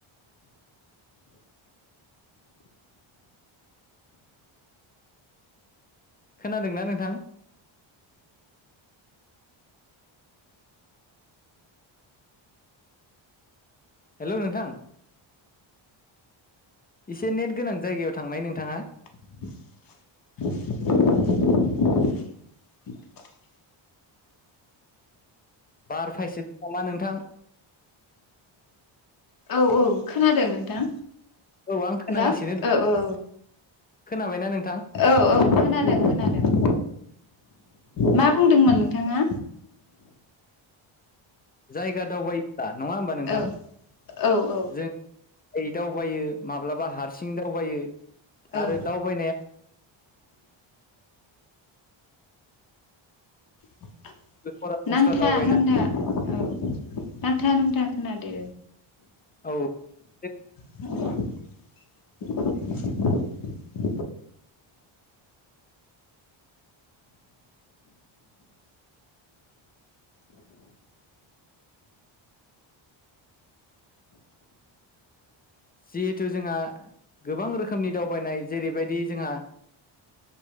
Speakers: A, on the left; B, on the left.
A: <inaudible> खोनादोंना नोंथां? हेल्ल' नोंथां। एसे नेट गोनां जायगायाव थांनाय नोंथाङा।
B: <inaudible>
A: बार फायसो दों नामा नोंथां?
B: औ औ खोनादों नोंथां?
A: औ आं खोनागासिनो
B: हेल्ल' ओ औ
A: खोनाबायना नों?
B: औ औ खोनादों खोनादों। मा बुंदोंमोन नोंथाङा?
A: जायगा दावबायोब्ला नङा होमबा नोंथां
B: औ औ औ
A: जों यै दावबायो माब्लाबा हारसिं दावबायो
B: औ
A: आरो दावबायनाया
B: <inaudible>
A: सरासनस्रा
B: नांथा
A: दावबायनाय
B: नांथा औ नांथा नुंथा खोनादो।
A: औ नेद
B: <unintelligible>
A: जिहेथु जोंहा गोबां रोखोमनि दावबायनाय जेरैबायदि जोंहा